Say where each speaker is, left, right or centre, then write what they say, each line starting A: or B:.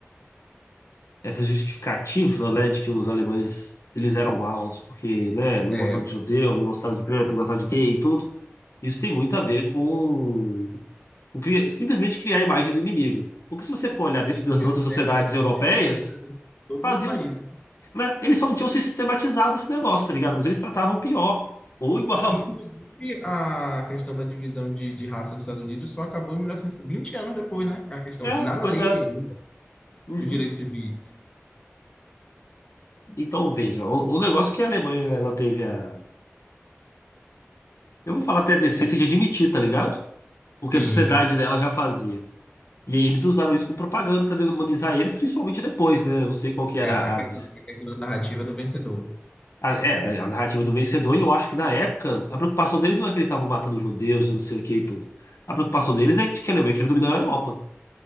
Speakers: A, on the left (about 75°); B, on the left (about 25°).
A: essa justificativa, né, de que os alemães eles eram maus porque, né, não
B: É,
A: gostavam de judeu, não gostavam de preto, não gostavam de gay e tudo, isso tem muito a ver com. O que- simplesmente criar a imagem do inimigo. Porque se você for olhar dentro
B: Sim,
A: das
B: porque
A: outras
B: as ideias
A: sociedades
B: que eles
A: europeias,
B: tiveram estavam presentes em todos
A: faziam,
B: os países.
A: né, eles só não tinham sistematizado esse negócio, tá ligado? Mas eles tratavam pior ou igual.
B: Inclusive,
A: <laughs>
B: a questão da divisão de, de raça nos Estados Unidos só acabou em mil novecentos e vinte anos depois, né? A questão,
A: É,
B: na
A: pois
B: lei
A: é.
B: ainda,
A: Uhum.
B: os direitos civis.
A: Então veja, o, o negócio que a Alemanha ela teve a, eu vou falar até a decência de admitir, tá ligado? O que
B: Sim.
A: a sociedade dela já fazia. E aí eles usaram isso como propaganda para demonizar eles, principalmente depois, né? Eu não sei qual que era
B: É, a questão,
A: a,
B: a questão da narrativa do vencedor.
A: A- É, da- a narrativa do vencedor, e eu acho que na época a preocupação deles não é que eles estavam matando judeus e não sei o que e tudo. A preocupação deles é que a Alemanha queria dominar a Europa,